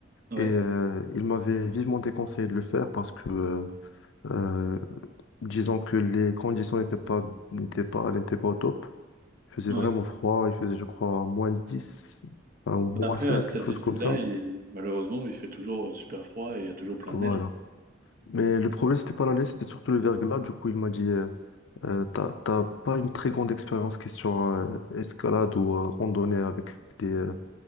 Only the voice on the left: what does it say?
Et euh, il m'avait vivement déconseillé de le faire parce que, euh, euh, disons que les conditions n'étaient pas, n'étaient pas, n'étaient pas au top. Il faisait
vraiment froid. Il faisait, je crois, moins dix enfin, ou moins
cinq
quelque
chose comme ça.
Voilà.
Mais le problème, c'était pas la neige, c'était surtout le verglas. Du coup, il m'a dit, euh, Euh, t'as, t'as pas une très grande expérience question euh, escalade ou euh, randonnée avec des, euh,